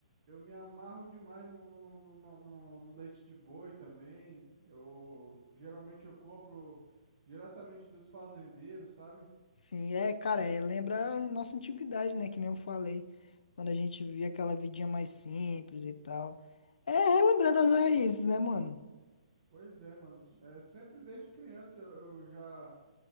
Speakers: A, on the right (about 35°); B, on the left (about 55°).
A: eu me amarro demais no, no, numa- no, no leite de boi também. Eu geralmente eu compro diretamente dos fazendeiros, sabe?
B: Sim, é, cara,
A: É,
B: é, lembra a nossa antiguidade, né? Que nem eu falei, quando a gente vivia aquela vidinha mais simples e tal. É relembrar das raízes, né, mano?
A: pois é, mano. É, sempre desde criança eu, eu já,